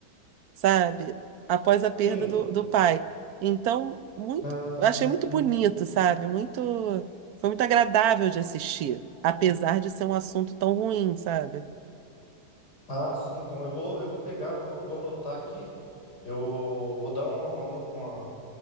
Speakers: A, on the right; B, on the left.
A: sabe? Após a perda
B: Sim.
A: do, do pai. Então, muito,
B: Ah,
A: eu achei muito bonito, sabe? Muito, foi muito agradável de assistir, apesar de ser um assunto tão ruim, sabe?
B: ah, sim. Então eu vou, eu vou pegar, vou, vou anotar aqui. Eu vou dar uma, uma, no- uma,